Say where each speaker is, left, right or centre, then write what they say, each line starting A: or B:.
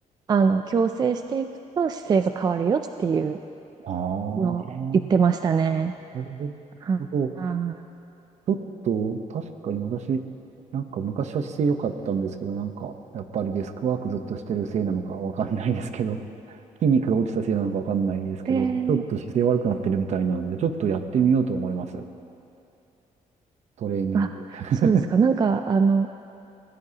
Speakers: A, on the right; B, on the right.
A: あの、矯正していくと姿勢が変わるよっていう
B: ああ。
A: のを言ってましたね。
B: なる
A: はあ
B: ほど。ちょっと、確かに私、なんか昔は姿勢良かったんですけど、なんか、やっぱりデスクワークずっとしてるせいなのかわかんないですけど、筋肉が落ちたせいなのかわかんないですけど、
A: で、
B: ちょっと姿勢悪くなってるみたいなんで、ちょっとやってみようと思います。トレーニング。
A: あ、そうですか。
B: <laughs>
A: なんか、あの、